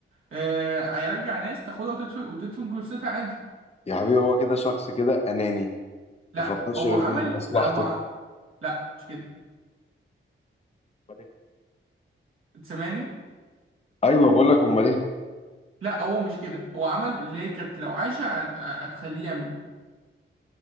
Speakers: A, on the right; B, on the left.
A: آه هيرجع ناس تاخدها وتدفن وتدفن جثتها عادي
B: يا حبيبي هو كده شخص كده أناني
A: لا
B: ما فكرش
A: هو
B: غير
A: عمل
B: في مصلحته
A: هو ع- لا مش كده
B: أمال إيه؟
A: سامعني
B: ايوه بقول لك امال ايه
A: لا هو مش كده هو عمل اللي هي كانت لو عايشه هت- هتخليه يعمله